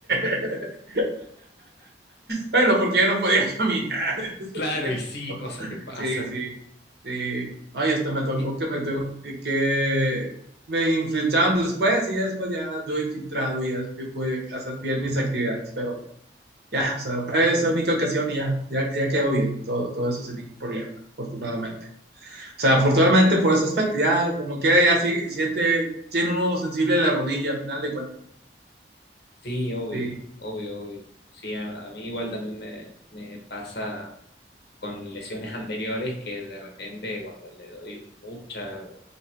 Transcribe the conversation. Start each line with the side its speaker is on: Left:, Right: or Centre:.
Right: <laughs> Bueno, porque ya no podía <laughs> caminar
Left: <laughs>
Right: en ese
Left: claro,
Right: tiempo.
Left: y sí, cosas que pasan.
Right: Sí, sí, sí. Ay, hasta me tocó
Left: Y...
Right: que me tuvieron eh, que me infiltraron después y ya después ya anduve infiltrado y ya sí pude hacer bien mis actividades, pero ya, o sea, fue esa única ocasión y ya, ya, ya quedó bien, todo, todo eso sin ningún problema, afortunadamente. O sea, afortunadamente por ese aspecto, ya como quiera, ya sí, siente, tiene uno sensible la rodilla, a final de cuentas. ¿no?
Left: Sí, obvio,
Right: Sí,
Left: obvio, obvio. Sí, a, a mí igual también me, me pasa con lesiones <laughs> anteriores que de repente cuando le doy mucha